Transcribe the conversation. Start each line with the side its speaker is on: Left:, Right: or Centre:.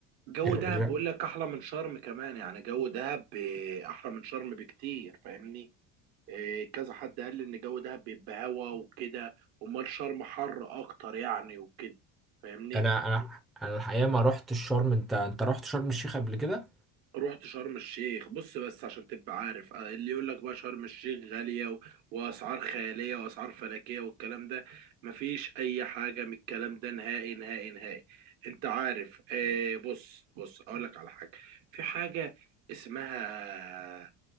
Right: جو
Centre: الر-
Right: دهب
Centre: الر-
Right: بقول لك احلى من شرم كمان يعني جو دهب آه، احلى من شرم بكتير فاهمني إيه، كذا حد قال لي ان جو دهب بيبقى هوا وكده امال شرم حر اكتر يعني وكده فاهمني
Centre: انا انا انا الحقيقه ما رحت الشرم انت انت رحت شرم الشيخ قبل كده
Right: رحت شرم الشيخ بص بس عشان تبقى عارف آه، اللي يقول لك بقى شرم الشيخ غالية و... واسعار خيالية واسعار فلكية والكلام ده مفيش اي حاجة من الكلام ده نهائي نهائي نهائي انت عارف آه بص بص اقول لك على حاجة في حاجة اسمها